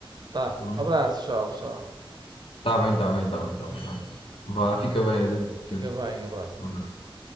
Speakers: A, on the right; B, on the left.
A: Tá,
B: Tá bem.
A: abraço, tchau, tchau.
B: tá bem, tá bem, tá bem, tá bem, tá bem. Vá, fica bem. Adeus.
A: Fica
B: adeus.
A: bem, abraço.
B: Um Abraço.